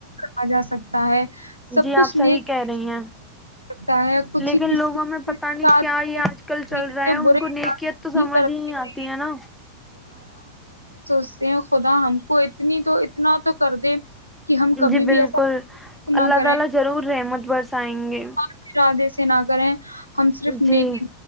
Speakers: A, on the right; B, in the centre.
A: ا جا سکتا ہے سب
B: جی
A: کچھ
B: آپ
A: نیک
B: صحیح کہہ رہی ہیں
A: سکتا ہے کچھ
B: لیکن
A: ہی کسی
B: لوگوں میں پتا
A: کے
B: نہیں
A: ساتھ
B: کیا یہ
A: طریقے
B: آج کل چل
A: سے
B: رہا ہے
A: برے
B: ان کو
A: ارادے
B: نکیت تو
A: نہیں
B: سمجھ
A: برتنے
B: ہی ہی
A: چاہیے
B: آتی ہے نا
A: سے خدا ہم کو اتنی تو اتنا تو کر دے کہ ہم کبھی
B: جی بالکل
A: بھی ایسا کچھ نہ
B: اللہ
A: کریں
B: تعالا ضرور رحمت برس سائیں گے
A: خاص ارادے نہ کریں ہم صرف
B: جی
A: نیک